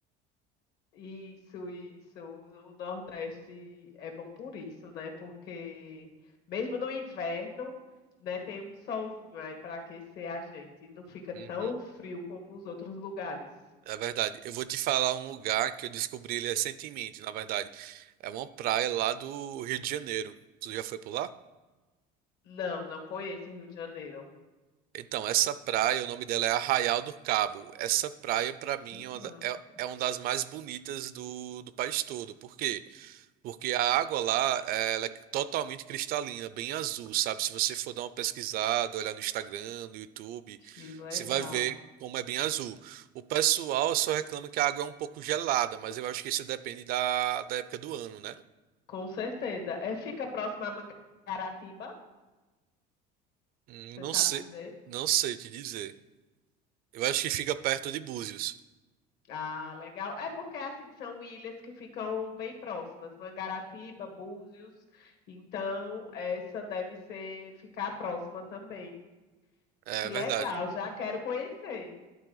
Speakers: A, on the left (about 60°); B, on the right (about 50°).
A: Isso, isso. O Nordeste é bom por isso, né? Porque mesmo no inverno, né, tem um solzinho aí para aquecer a gente. e Não fica
B: Uhum.
A: tão frio como os outros lugares.
B: É verdade. Eu vou te falar um lugar que eu descobri ele recentemente, na verdade. É uma praia lá do Rio de Janeiro. Tu já foi por lá?
A: Não, não conheço o Rio de Janeiro.
B: Então, essa praia, o nome dela é Arraial do Cabo. Essa praia, pra mim,
A: Que
B: é uma
A: massa.
B: da- é- é uma das mais bonitas do, do país todo. porque Porque a água lá, eh, ela é totalmente cristalina, bem azul, sabe? Se você for dar uma pesquisada, olhar no Instagram, no YouTube,
A: Que legal.
B: você vai ver como é bem azul. O pessoal só reclama que a água é um pouco gelada, mas eu acho que isso depende da, da época do ano, né?
A: Com certeza. É, fica próximo a Mangaratiba,
B: Hum,
A: você
B: Não
A: sabe
B: sei,
A: dizer?
B: não sei te dizer. Eu acho que fica perto de Búzios.
A: Ah, legal. É porque assim são ilhas que ficam bem próximas, Mangaratiba, Búzios. Então, essa deve ser ficar próxima também.
B: É
A: Que legal,
B: verdade.
A: já quero conhecer.